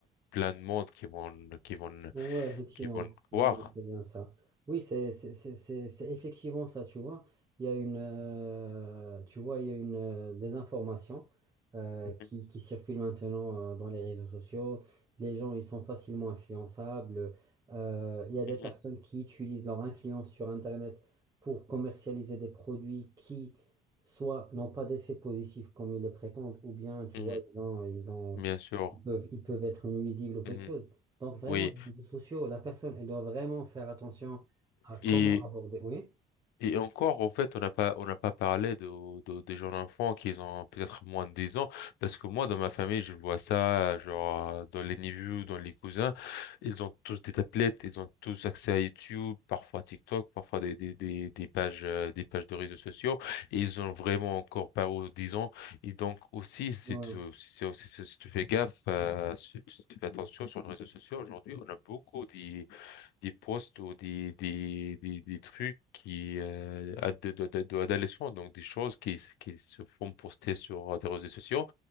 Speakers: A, on the left; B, on the right.
A: plein de monde qui vont, qui vont,
B: Ouais, effectivement.
A: qui vont
B: Ouais,
A: croire.
B: ouais, c'est bien ça. Oui, c'est c'est- c'est- c'est- c'est effectivement ça, tu vois. Il y a une, euh, tu vois, il y a une euh, désinformation euh,
A: Mhm,
B: qui, qui circule maintenant euh, dans les réseaux sociaux. Les gens, ils sont facilement influençables. Euh, il y a des
A: mhm,
B: personnes qui utilisent leur influence sur Internet pour commercialiser des produits qui, soit n'ont pas d'effet positif comme ils le prétendent, ou bien, tu
A: mhm.
B: vois, ils ont, ils ont,
A: Bien sûr.
B: ils peuvent, ils peuvent être nuisibles ou quelque
A: Mhm.
B: chose. Donc vraiment,
A: Oui.
B: les réseaux sociaux, la personne, elle doit vraiment faire attention à comment
A: Et,
B: aborder. Oui,
A: Et encore, en fait, on n'a pas, on n'a pas parlé de, de- des jeunes enfants qui ont peut-être moins de 10 ans, parce que moi, dans ma famille, je vois ça, genre, euh, dans les neveux, dans les cousins, ils ont tous des tablettes, ils ont tous accès à YouTube, parfois TikTok, parfois des, des, des, des pages, euh, des pages de réseaux sociaux, et ils ont vraiment encore pas aux 10 ans. Et donc, aussi, si
B: ouais,
A: tu, si, si- si si tu fais gaffe, euh, si tu si tu fais attention sur les réseaux sociaux, aujourd'hui, on a beaucoup des posts ou des, des, des, des trucs qui euh, ad- de- de- de- d'adolescents, donc des choses qui, s- qui se font poster sur des réseaux sociaux